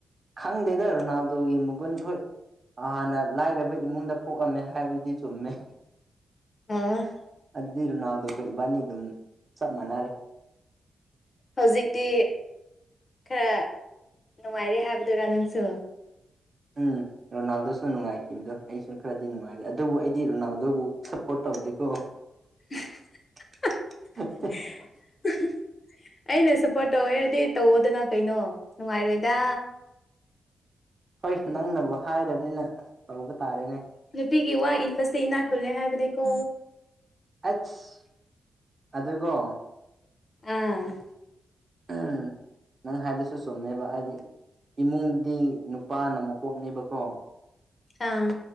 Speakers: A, on the right; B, on the left.
A: ꯈꯪꯗꯦꯗ ꯔꯣꯅꯥꯜꯗꯣꯒꯤ ꯃꯒꯨꯟ ꯍꯣꯏ ꯍꯥꯟꯅ ꯂꯥꯏꯔꯕ ꯏꯃꯨꯡꯗ ꯄꯣꯛꯑꯝꯃꯦ ꯍꯥꯏꯕꯗꯨꯗꯤ ꯆꯨꯝꯃꯦ
B: ꯑꯣ
A: ꯑꯗꯨꯗꯤ ꯔꯣꯅꯥꯜꯗꯣꯒ ꯏꯕꯥꯅꯤ ꯑꯗꯨꯝ ꯆꯞ ꯃꯥꯟꯅꯔꯦ
B: ꯍꯧꯖꯤꯛꯇꯤ ꯈꯔ ꯅꯨꯡꯉꯥꯏꯔꯦ ꯍꯥꯏꯕꯗꯨꯔꯥ ꯅꯪꯁꯨ
A: ꯎꯝ ꯔꯣꯅꯥꯜꯗꯣꯁꯨ ꯅꯨꯡꯉꯥꯏꯈꯤꯕꯗꯣ ꯑꯩꯁꯨ ꯈꯔꯗꯤ ꯅꯨꯡꯉꯥꯏꯔꯦ ꯑꯗꯨꯕꯨ ꯑꯩꯗꯤ ꯔꯣꯅꯥꯜꯗꯣꯕꯨ ꯁꯞꯄꯣꯔꯠ ꯇꯧꯗꯦꯀꯣ
B: <unintelligible>
A: <unintelligible>
B: <unintelligible> ꯑꯩꯅ ꯁꯞꯄꯣꯔꯠ ꯇꯧꯋꯦ ꯍꯥꯏꯗꯤ ꯇꯧꯋꯣꯗꯅ ꯀꯩꯅꯣ ꯅꯨꯡꯉꯥꯏꯔꯣꯏꯗ
A: ꯍꯣꯏ ꯅꯪꯅꯕꯨ ꯍꯥꯏꯔꯝꯅꯤꯅ ꯇꯧꯕ ꯇꯥꯔꯦꯅꯦ
B: ꯅꯨꯄꯤꯒꯤ ꯋꯥ ꯏꯟꯕꯁꯦ ꯏꯅꯥꯛ ꯈꯨꯜꯂꯦ ꯍꯥꯏꯕꯅꯦꯀꯣ
A: ꯑꯩꯁ ꯑꯗꯨꯒꯣ
B: ꯑꯪ
A: ꯑꯝ ꯅꯪ ꯍꯥꯏꯗꯨꯁꯨ ꯆꯨꯝꯃꯦꯕ ꯍꯥꯏꯗꯤ ꯏꯃꯨꯡꯗꯤ ꯅꯨꯄꯥꯅ ꯃꯀꯣꯛꯅꯦꯕꯀꯣ
B: ꯑꯥ